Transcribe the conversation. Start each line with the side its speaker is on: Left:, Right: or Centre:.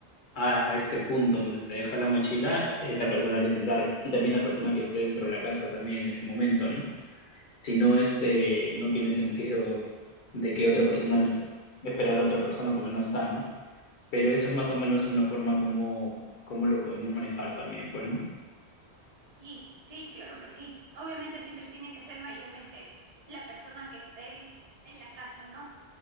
Left: a, a este punto donde se deja la mochila es la persona que se encargue y también la persona que esté dentro de la casa también en ese momento, ¿no? Si no, este, no tiene sentido de que otra persona esperar a otra persona porque no está, ¿no? Pero eso es más o menos una forma como, como lo podemos manejar también, pues, ¿no?
Right: Sí, sí, claro que sí. Obviamente siempre tiene que ser mayormente la persona que esté en la casa, ¿no?